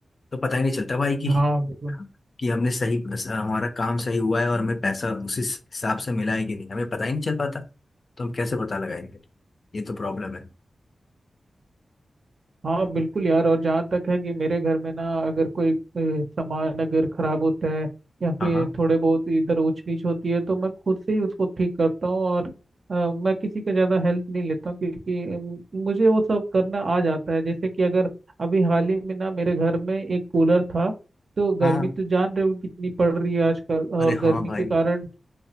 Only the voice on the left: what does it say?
तो पता ही नहीं चलता भाई कि
कि हमने सही हमारा काम सही हुआ है और हमें पैसा उसी हिसाब से मिला है कि नहीं हमें पता ही नहीं चल पाता तो हम कैसे पता लगाएंगे ये तो प्रॉब्लम है
हाँ
हाँ
हाँ
अरे
हाँ भाई